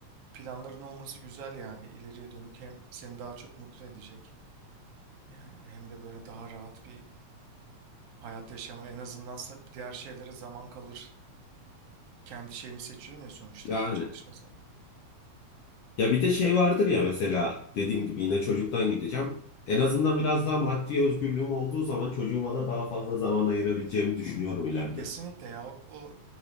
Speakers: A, on the right (about 70°); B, on the left (about 80°).
A: planların olması güzel yani ileriye dönük hem seni daha çok mutlu edecek yani hem de böyle daha rahat bir hayat yaşaman en azından sa- diğer şeylere zaman kalır kendi şeyini seçiyorum ya sonuçta
B: Yani
A: yani çalışma zamanı.
B: ya bir de şey vardır ya mesela dediğim gibi yine çocuktan gideceğim. En azından biraz daha maddi özgürlüğüm olduğu zaman çocuğuma da daha fazla zaman ayırabileceğimi düşünüyorum ileride.
A: Kesinlikle ya o, o-